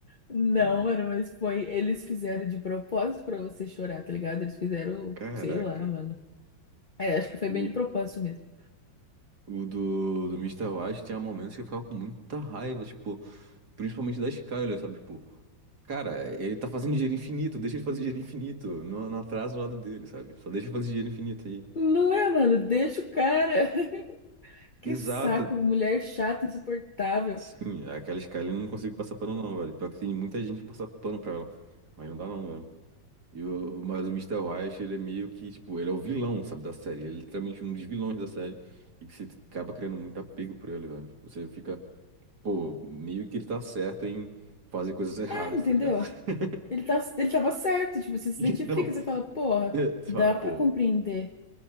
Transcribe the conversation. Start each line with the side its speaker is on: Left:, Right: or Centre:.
Left: Não,
Right: Pelo amor
Left: mano,
Right: de-
Left: mas foi. Eles fizeram de propósito pra você chorar, tá ligado? Eles fizeram,
Right: Caraca.
Left: sei lá, mano. É, acho que foi
Right: O,
Left: bem de propósito mesmo.
Right: o do, do Mister Wash tinha momentos que eu ficava com muita raiva, tipo, principalmente da Skyler, sabe? Tipo, cara, ele tá fazendo dinheiro infinito, deixa ele fazer dinheiro infinito. Não, não atrasa o lado dele, sabe? Só deixa ele fazer dinheiro infinito aí.
Left: Não é, mano? Deixa o cara. <laughs> Que
Right: Exato.
Left: saco, mulher chata, insuportável.
Right: Sim, aquela Skyline eu não consigo passar pano não, velho. Pior que tem muita gente que passa pano pra ela. Mas não dá não, velho. E o, mas o Mister White, ele é meio que, tipo, ele é o vilão, sabe, da série. Ele é literalmente um dos vilões da série. E que você acaba criando muito apego por ele, velho. Tipo, Você fica, pô, meio que ele tá certo em fazer coisas erradas,
Left: É, entendeu?
Right: tá ligado? <laughs>
Left: Ele tá, ele tava certo, tipo, você se
Right: E-
Left: identifica,
Right: Não,
Left: você fala, porra,
Right: é, você
Left: dá
Right: fala,
Left: pra
Right: pô,
Left: compreender.